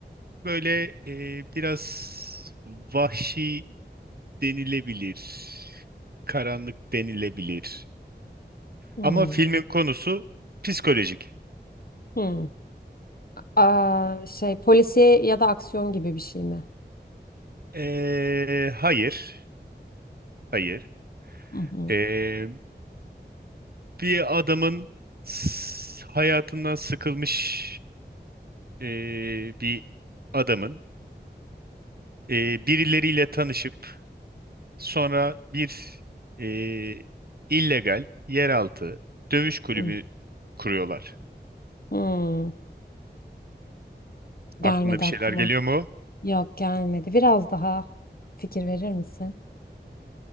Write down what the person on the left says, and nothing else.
Hmm,
hmm. Aa, şey polisiye ya da aksiyon gibi bir şey mi?
Hı hı,
hı.
Hmm, Gelmedi
aklıma.
Yok gelmedi. Biraz daha fikir verir misin?